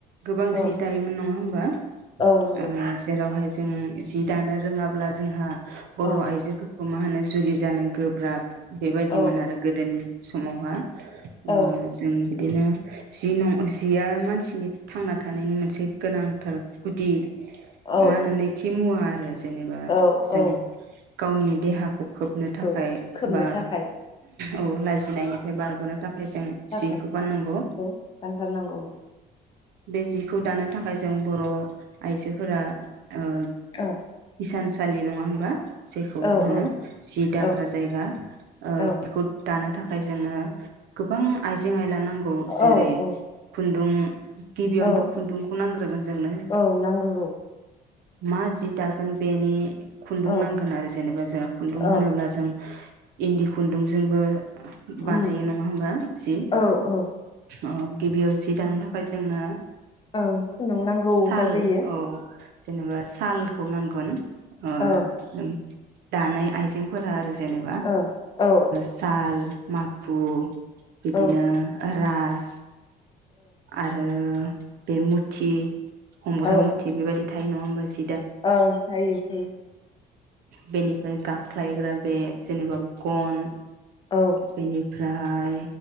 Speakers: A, on the right; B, on the left.
A: गोबां
B: औ
A: सि दायोमोन नङा होमबा
B: औ नंगौ
A: ओ जेरावहाय ओ जि दानो रोङाब्ला जोंहा बर
B: औ
A: आइजोफोर अ मा होनो जुलि जानो गोब्राब बेबायदिमोन
B: औ
A: आरो गोदोनि समावहा
B: औ
A: ओ जोम बिदिनो जि जिया मानसिनि थांना थानायनि मोनसे गोनांथार गुदि
B: औ
A: माहोनो नैथि मुवा आरो जेनेबा
B: औ औ
A: जों गावनि देहाखौ खोबनो थाखाय
B: खौ खोबनो
A: बा
B: थाखाय
A: औ लाजिनायनि बारगनो थाखाय ओमफाय जों
B: थाखाय
A: जिखौ गाननांगौ
B: खौ गानथारनांगौ
A: बे जिखौ दानो थाखाय जों बर आइजोफोरा ओ
B: औ
A: हिसानसालि नङा मा जायखौ
B: औ
A: होनो
B: औ
A: जि दाग्रा
B: औ
A: जायगा
B: औ
A: बेखौ दानो थाखाय जोङो गोबां आइजें आइला नांगौ
B: औ
A: जेरै
B: औ
A: खुन्दुं गिबियावनोथ
B: औ
A: खुन्दुंखौ नांग्रोगोन जोंनो
B: औ नांग्रोगौ
A: मा जि दागोन बेनि खुन्दुं
B: औ
A: नांगोन आरो जेनेबा जोंङ खुन्दुं
B: औ
A: होनोब्ला जों इन्दि खुन्दुंजोंबो
B: उम
A: बानायो नङा होमबा जि
B: औ औ
A: अ गिबियाव जि दानो थाखाय जोंनो
B: औ खुन्दुं नांगौ
A: साल
B: जाग्रोयो
A: औ जेननोबा सालखौ नांगोन आरो
B: औ
A: दानाय आइजेंफोरा आरो जेनेबा
B: औ औ
A: साल माखु बिदिनो
B: औ
A: फ्रास आरो बेमुथि हमग्रा
B: औ
A: मुथि बेबायदि थाय नंआ होनबाजि
B: औ जायो जायो
A: बेनिफ्राय गाख्लायग्रा बे जेनेबा गन
B: औ
A: बेनि ओमफ्राय